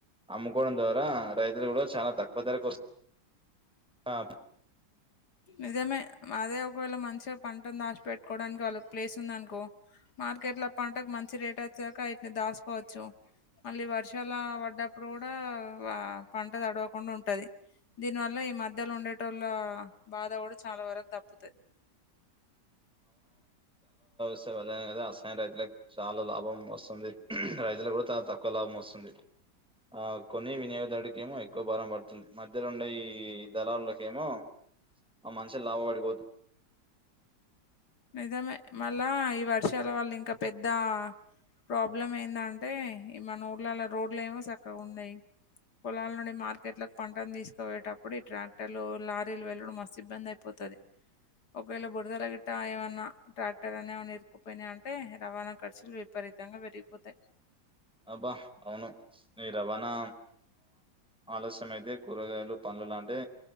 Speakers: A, in the centre; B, on the left.
A: అమ్ముకోవడం ద్వారా రైతులు కూడా చాలా తక్కువ ధరకు వస్ అప్
B: నిజమే అదే ఒకవేళ మంచిగా పంటను దాచిపెట్టుకోవడానికి వాళ్ళకి ప్లేస్ ఉందనుకో మార్కెట్ లో పంటకు మంచి రేట్ వచ్చాక వీటిని దాసుకోవచ్చు. మళ్ళీ వర్షాల పడ్డప్పుడు కూడా పంట తడవకుండా ఉంటది. దీని వల్ల ఈ మధ్యలో ఉండేటోల్ల బాధ కూడా చాలా వరకు దప్పుతది
A: వలస వెళ్ల కథ అసలైన రైతులకు చాలా లాభం వస్తుంది. రైతులకు కూడా చాలా తక్కువ లాభం వస్తుంది. ఆ కొన్ని వినియోగదారుడుకేమో ఎక్కువ భారం పడుతుంది మధ్యలోండే ఈ దళారులకేమో ఆ మనుషులు లాభ పడిపోతు
B: నిజమే మల్ల ఈ వర్షాల వల్ల ఇంకా పెద్ద ప్రాబ్లం ఏందంటే ఈ మన ఊళ్లలో రోడ్లు ఏమో సక్కగా ఉండయి. పొలాల నుండి మార్కెట్ లో పంటను తీసుకుపోయేటప్పుడు ఈ ట్రాక్టర్లు లారీలు వెల్లుడు మస్తు ఇబ్బంది అయిపోతు ఒకవేళ బురద రాగేట్ ట ఏమన్నా ట్రాక్టర్ అనే ఏమైనా ఇరుక్కుపోయినాయి అంటే రవాణా ఖర్చులు విపరీతంగా పెరిగిపోతాయి.
A: అబ్బా అవును ఈ రవాణా ఆలస్యం అయితే కూరగాయలు పం లాంటి